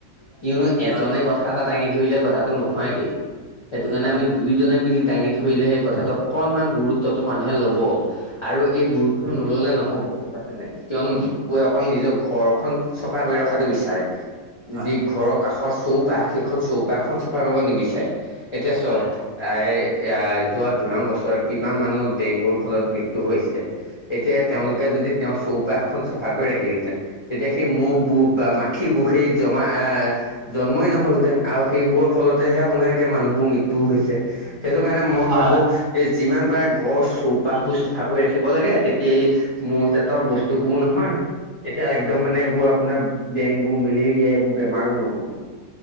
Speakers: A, on the left (about 40°); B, on the right (about 55°).
A: কিয়নো এজনে
B: হয়,
A: কথা এটা দাঙি ধৰিলে, কথাটো নহয়গে সেইটো কাৰণে
B: হয়,
A: আমি দুইজনে মিলি দাঙি ধৰিলেহে সেই, কথাটো অকনমান গুৰুত্বটো মানুহে ল'ব। আৰু এই গুৰুত্ব নল'লে নহ'ব গম পাইছে নে নাই। কিয়নো মানুহবোৰে অকল নিজৰ ঘৰখন চফা কৰি ৰখাটো বিচাৰে। যদি
B: হয়, হয়,
A: ঘৰৰ কাষৰ চৌপাশ, সেইখন চৌপাশখন চাফা কৰিব নিবিচাৰে এতিয়া চওক
B: হয়,
A: এতিয়া, যোৱা কিমান বছৰত কিমান মানুহ ডেংগুৰ ফলত মৃত্যু হৈছে এতিয়া তেওঁলোকে
B: হয়,
A: যদি, তেওঁৰ চৌপাশ খন চাফা কৰি ৰাখিলেহেঁতেন, তেতিয়া সেই মহ,
B: হয়।
A: বু বা মানুহ জমা আহ <unintelligible> জন্মই নহ'লহেঁতেন, আৰু সেইবোৰৰ ফলতেহে আপোনাৰ এতিয়া মানুহবোৰ মৃত্যু হৈছে। সেইটো কাৰণে মই
B: হয়,
A: ভাবো এই যিমান পাৰে ঘৰৰ চৌপাশবোৰ চাফা কৰি ৰাখিব লাগে, তেতিয়া মৌ জাতৰ বস্তুবোৰ নহয়। তেতিয়া একদম
B: হয়
A: মানে এইবোৰ আপোনাৰ ডেংগু, মেলেৰিয়া, এইবোৰ বেমাৰো নহ'ব।